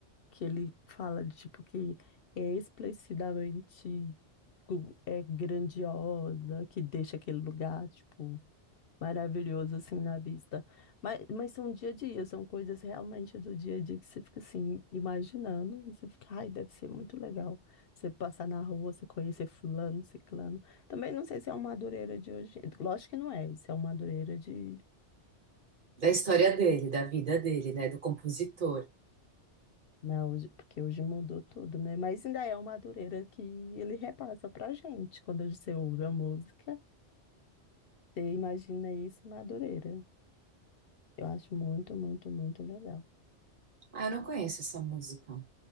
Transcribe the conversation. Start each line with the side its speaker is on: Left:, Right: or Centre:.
Left: que ele fala de tipo que é explicitamente tipo, é grandiosa, que deixa aquele lugar tipo maravilhoso assim na vista. Mas, mas são dia a dia, são coisas realmente do dia a dia que você fica assim imaginando, e você fica, ai, deve ser muito legal. Você passar na rua, você conhecer fulano, ciclano. Também não sei se é uma madureira de hoje. Lógico que não é, isso é uma madureira de
Right: Da história dele, da vida dele, né? Do compositor.
Left: Mas hoje, porque hoje mudou tudo, né? Mas ainda é uma Madureira que ele repassa pra gente. Quando você ouve a música, você imagina isso em Madureira. Eu acho muito, muito, muito legal.
Right: Ah, eu não conheço essa música.